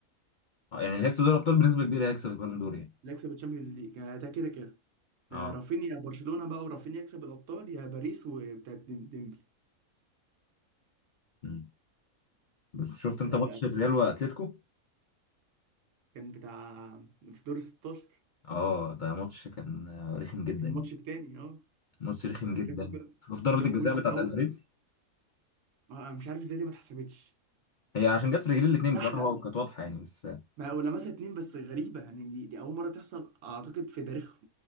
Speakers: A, on the left; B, on the right.
A: اه يعني اللي هيكسب دوري الابطال بنسبه كبيره هيكسب البالون دور يعني
B: اللي هيكسب الشامبيونز ليج يعني ده كده كده
A: اه
B: آه، رافينيا برشلونة بقى ورافينيا يكسب الأبطال يا باريس وبتاعت ديم- ديمبلي
A: امم بس شفت
B: انت
A: انت ماتش الريال واتلتيكو
B: كان بتاع في دور 16
A: اه ده ماتش كان آه، رخم جدا
B: الماتش
A: يعني
B: التاني اه
A: ماتش رخم
B: اتلتيكو
A: جدا شفت ضربه
B: جاب
A: الجزاء
B: جول في
A: بتاعت
B: الأول
A: الفاريز
B: آه، أنا مش عارف ازاي دي ما اتحسبتش
A: هي عشان جت في رجلين الاثنين
B: زحلق
A: بصراحه هو كانت واضحه يعني بس
B: ما ولا مثلا اتنين بس غريبة يعني دي, دي أول مرة تحصل أعتقد في تاريخ